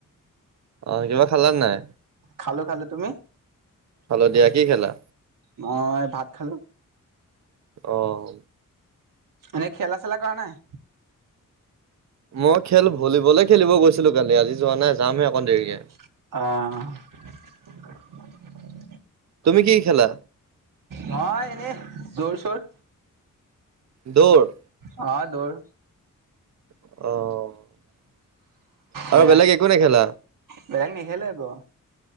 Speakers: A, on the right; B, on the right.
A: অ' কিবা খালা নাই?
B: খালো, খালো তুমি।
A: ভালো দিয়া কি খেলা।
B: মই ভাত খালো।
A: অহ।
B: এনেই খেলা চেলা কৰা নাই।
A: মই খেল ভলীবলে খেলিব গৈছিলো কালি আজি যোৱা নাই যামহে অকণ দেৰিকে।
B: অহ।
A: তুমি কি খেলা?
B: নহ এনেই দৌৰ-চৌৰ।
A: দৌৰ।
B: হা দৌৰ
A: অ', আৰু
B: হে
A: বেলেগ একো নেখেলা?
B: বেলেগ নেখেলে আকৌ।